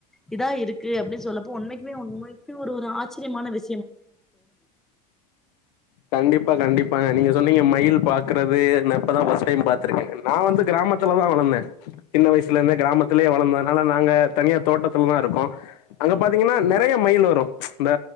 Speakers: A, in the centre; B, on the left (about 75°).
A: இதா இருக்கு அப்டின்னு சொல்லப்ப உண்மைக்குமே உண்மைக்கு ஒரு ஆச்சரியமான விஷ்
B: கண்டிப்பா கண்டிப் பாங்க நீங்க சொன்னீங்க மயில் பாக்கறது இப்போதா ஃபர்ஸ்ட்டு டைம் பாத்துருக்கேன்னு நா வந்து கிராமத்துலதா வளந்தே சின்ன வயசுல இருந்து கிராமத்திலயே வளந்ததுனால நாங்க தனியா தோட்டத்துலதா இருக்கோ அங்க பாத்தீங்கன்னா நெறைய மயில் வரும் இந்த